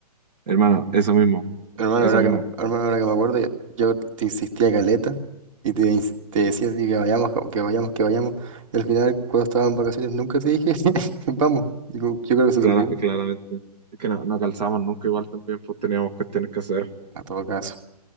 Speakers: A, on the right; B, on the right.
A: hermano, eso mismo,
B: Hermano,
A: eso
B: ahora
A: mismo,
B: que, me- hermano, ahora que me acuerdo, yo te insistía caleta y te, ins- te decía así que vayamos, que vayamos, que vayamos. Y al final, cuando estaba en vacaciones, nunca te dije, <laughs> vamos. Digo, yo creo que se
A: clara,
B: te olvidó.
A: claramente. Es que no, no calzamos nunca igual también, pues teníamos cuestiones que hacer.
B: A todo caso.